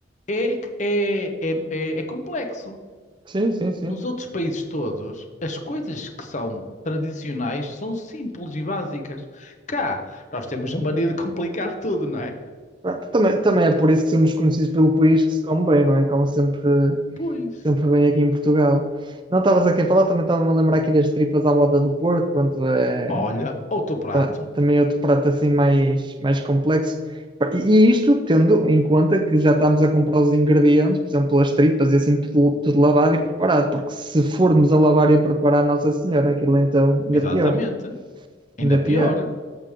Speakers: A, on the left; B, on the right.
A: é, é, é, é, é complexo.
B: Sim, sim, sim.
A: Nos outros países todos, as coisas que são tradicionais são simples e básicas. Cá, nós temos a mania de complicar tudo, não é?
B: Ah, Também, também é por isso que somos conhecidos pelo país que se come bem, não é? Como sempre,
A: Pois.
B: sempre bem aqui em Portugal. Não estavas aqui a falar, também estava-me a lembrar aqui das tripas à moda do Porto, pronto, é,
A: Olha, outro prato.
B: ta- também é outro prato assim mais, mais complexo. E e isto tendo em conta que já estamos a comprar os ingredientes, por exemplo, as tripas e assim, tudo, tudo lavado e preparado, porque se formos a lavar e a preparar, Nossa Senhora, aquilo então ainda
A: Exatamente.
B: pior,
A: Ainda
B: ainda pior.
A: pior,